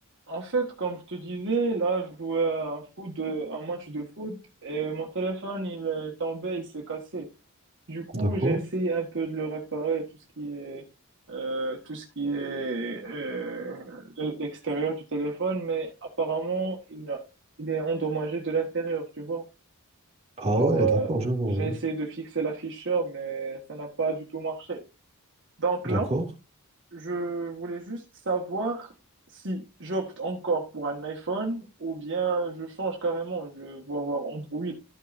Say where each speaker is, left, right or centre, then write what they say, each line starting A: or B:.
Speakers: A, on the right; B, on the right.
A: En fait, comme je te disais, là, je jouais à un foot de, un match de foot et mon téléphone, il est tombé, il s'est cassé. Du coup,
B: D'accord.
A: j'ai essayé un peu de le réparer, tout ce qui est, euh, tout ce qui est euh, l'extérieur du téléphone, mais apparemment, il, a- il est endommagé de l'intérieur, tu vois.
B: Ah
A: Genre,
B: ouais,
A: euh,
B: d'accord, je vois.
A: j'ai
B: oui.
A: essayé de fixer l'afficheur, mais ça n'a pas du tout marché. Donc
B: D'accord.
A: là, je voulais juste savoir si j'opte encore pour un iPhone ou bien je change carrément, je vais avoir Android.